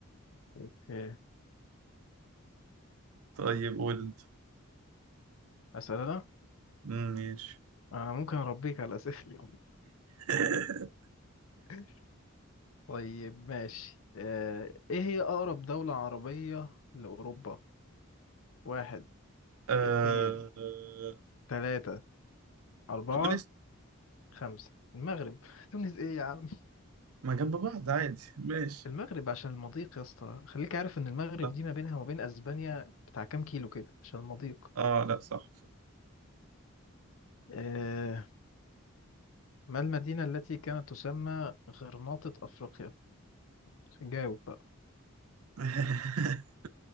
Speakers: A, on the left (about 70°); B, on the right (about 80°).
A: اوكي
B: طيب قول انت
A: اسأل انا
B: مم، ماشي
A: انا ممكن اربيك على اسئلة
B: <laughs>
A: <laughs> طيب ماشي آه، ايه هي اقرب دولة عربية لاوروبا واحد
B: آه...
A: اتنين تلاتة اربعة
B: تونس
A: خمسة المغرب <laughs> تونس ايه يا عم
B: ما جنب بعض عادي ماشي
A: المغرب عشان المضيق يا اسطى خليك عارف ان المغرب
B: صح
A: دي ما بينها وما بين اسبانيا بتاع كام كيلو كده عشان المضيق
B: اه لا صح
A: آه ما المدينة التي كانت تسمى غرناطة افريقيا جاوب بقى
B: <laughs>